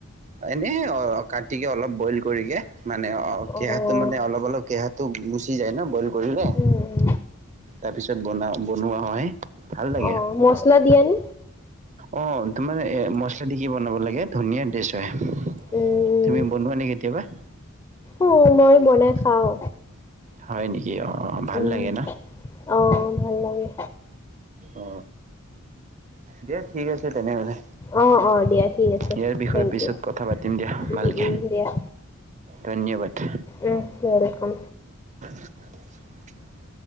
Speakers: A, on the right; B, on the left.
A: এনে অ কাটিকে অলপ বইল কৰিয়ে। মানে অ
B: উম,
A: কেহাটো মানে অলপ অলপ কেহাটো গুচি যায় নহ বইল। কৰিলে
B: উম।
A: তাৰপিছত বনা বনোৱা হয়। ভাল লাগে
B: অ মচলা দিয়া নে।
A: অ তোমাৰ এ মছলা দি কি বনাব লাগে ধুনীয়া ডিচ হয়। তুমি
B: উম,
A: বনোৱা নে কেতিয়াবা।
B: উম মই বনাই খাওঁ।
A: হয় নেকি অ ভাল
B: উম
A: লাগে ন
B: অ ভাল লাগে।
A: অ দিয়া ঠিক আছে তেনেহ'লে।
B: অঁ অঁ দিয়া ঠিক আছে
A: ইয়াৰ বিষয়ে
B: থেংক
A: পিছত
B: ইউ
A: কথা পাতিম দিয়া
B: উম
A: ভালকে
B: উম দিয়া।
A: ধন্যবাদ
B: উম য়েলকাম।
A: <unintelligible>